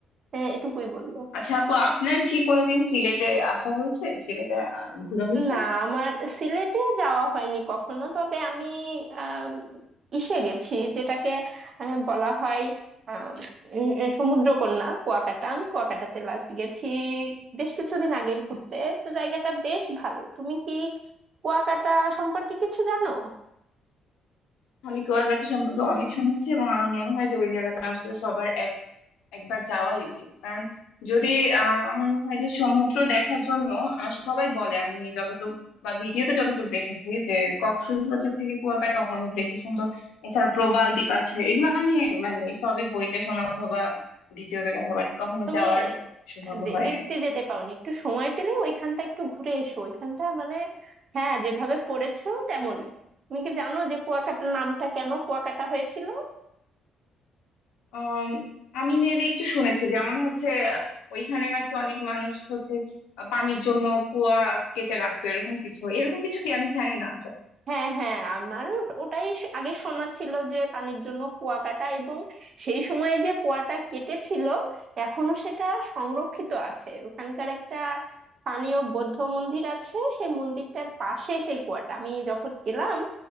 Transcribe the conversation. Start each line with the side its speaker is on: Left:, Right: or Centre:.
Right: হ্যাঁ এটুকুই বললো
Left: আচ্ছা আপু আপনার কি কোনোদিন সিলেটে আসা হয়েছে সিলেটে আ, ঘোরা হয়েছে
Right: না আমার সিলেটে যাওয়া হয়নি কখনো তবে আমি আম, ইসে গেছি যেটাকে আহ, বলা হয় আম, উম, উম, সমুদ্রকন্যা কুয়াকাটা আমি কুয়াকাটাতে লাস্ট গেছি বেশ কিছুদিন আগে ঘুরতে তো জায়গাটা বেশ ভালো তুমি কি কুয়াকাটা সম্পর্কে কিছু জানো
Left: আমি কুয়াকাটা সম্পর্কে অনেক শুনেছি এবং আমার মনে হয় যে ওই জায়গাটা আসলে সবার একবার যাওয়াই উচিত কারণ যদি আহ আমার মনে হয় যে সমুদ্র দেখার জন্য আহ, সবাই বলে আমি যতটুকু বা ভিডিওতে যতটুকু দেখেছি যে কক্সবাজার থেকে কুয়াকাটা অনেক বেশি সুন্দর এছাড়া প্রবাল দ্বীপ আছে এগুলো আমি মানে সবই বইতে শোনা অথবা ভিডিওতে দেখা বাট কখনো
Right: তুমি
Left: যাওয়ার সৌভাগ্য
Right: আহ, দে-
Left: হয়
Right: দেখতে
Left: নাই
Right: যেতে পাওনি একটু সময় পেলে ওইখানটা একটু ঘুরে এসো ওইখানটা মানে হ্যাঁ যেভাবে পড়েছো তেমনই তুমি কি জানো যে কুয়াকাটার নামটা কেন কুয়াকাটা হয়েছিল
Left: আম, আমি মেবি একটু শুনেছি যেমন হচ্ছে আহ, ওইখানে নাকি অনেক মানুষ হচ্ছে আহ, পানির জন্য কুয়া কেটে রাখতো এরকম কিছু এরকম কিছু কি আমি জানি না
Right: হ্যাঁ হ্যাঁ আমারও ওট- ওটাই শ- আগে শোনা ছিল যে পানির জন্য কুয়া কাটা এবং সেই সময়ে যে কুয়াটা কেটেছিল এখনো সেটা সংরক্ষিত আছে ওখানকার একটা স্থানীয় বৌদ্ধ মন্দির আছে সেই মন্দিরটার পাশে সেই কুয়াটা আমি যখন গেলাম